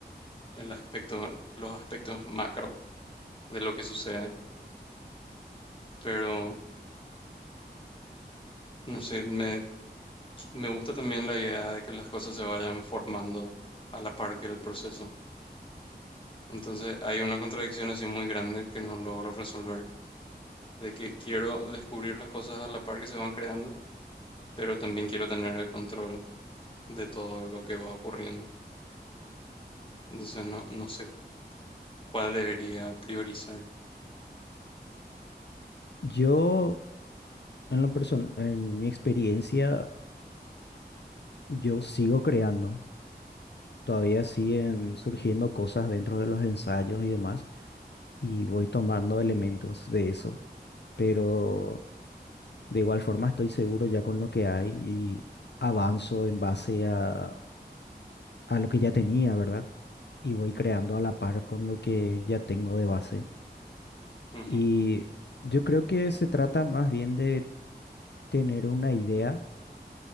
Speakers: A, on the left; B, on the left.
A: el aspecto, los aspectos macro de lo que sucede, pero no sé, me, me gusta también la idea de que las cosas se vayan formando a la par que el proceso. Entonces hay una contradicción así muy grande que no logro resolver. de que quiero descubrir las cosas a la par que se van creando, pero también quiero tener el control de todo lo que va ocurriendo. Entonces no, no sé cuál debería priorizar.
B: Yo, en la persona, en mi experiencia, yo sigo creando. Todavía siguen surgiendo cosas dentro de los ensayos y demás, y voy tomando elementos de eso. Pero De igual forma, estoy seguro ya con lo que hay y avanzo en base a, a lo que ya tenía, ¿verdad? Y voy creando a la par con lo que ya tengo de base.
A: Ujú,
B: Y yo creo que se trata más bien de tener una idea